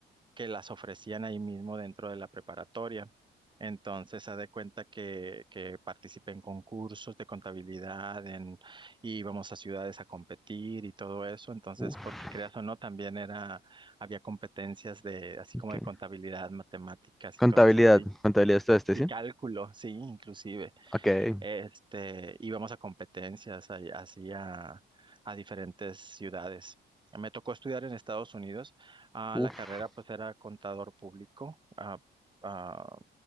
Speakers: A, on the right; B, in the centre.
A: que las ofrecían ahí mismo dentro de la preparatoria. Entonces, haz de cuenta que, que participé en concursos de contabilidad, en, y íbamos a ciudades a competir y todo eso. Entonces,
B: Uf,
A: porque creas o no, también era, había competencias de, así como
B: ok.
A: de contabilidad, matemáticas
B: Contabilidad,
A: y cosas así.
B: contabilidad estudiaste, ¿sí?
A: Y cálculo, sí, inclusive.
B: Ok,
A: Este, íbamos a competencias ahí- así a, a diferentes ciudades. Me tocó estudiar en Estados Unidos. Ah,
B: uf,
A: la carrera pues era contador público, ah, ah,